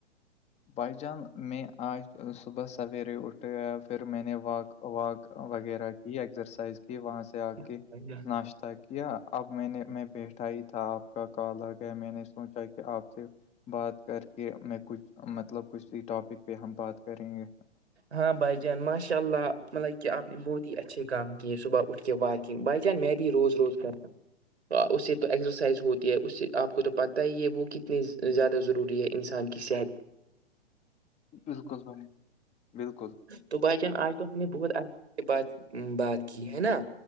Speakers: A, on the left (about 20°); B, on the right (about 80°).
A: بھائی جان میں آج صبح سویرے اٹھے پھر میں نے واک واک وغیرہ یہ ایکسرسائز کی وہاں سے آ کے
B: ہیں
A: ناشہ کیا اب میں نے میں بیٹھا ہی تھا آپ کا کال آ گیا میں نے سوچا کہ آپ سے بات کر کے میں کچھ مطلب کچھ ٹاپک پہ ہم بات کریں گے
B: ہاں بھائی جان ماشاء اللہ مطلب کہ آپ نے بہت ہی اچھے کام کیے صبح اٹھ کے وا بائی جان می بھی روز روز گم تو اس سے تو ایکسرسائز ہوتی ہے اس سے آپ کو تو پت ہی یہ وہ کتنی زیادہ ضروری ہے انسان سب
A: بالکل ب بالکل
B: تو بھائی جان آج تو ہم نے بہت اچھے سے بات بات کی ہے نا